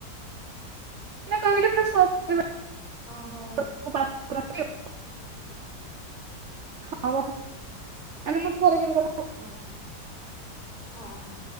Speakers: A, on the right; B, on the left.
A: ମାନେ କଣ କହିଲୁ ପୁରା <inaudible>
B: ହଁ ହୋଉ।
A: <inaudible> ହଁ ବା ଆମେ କେବେ ପରେ କେବେ କଥା
B: ହଁ ହଁ। ହଁ ହଁ।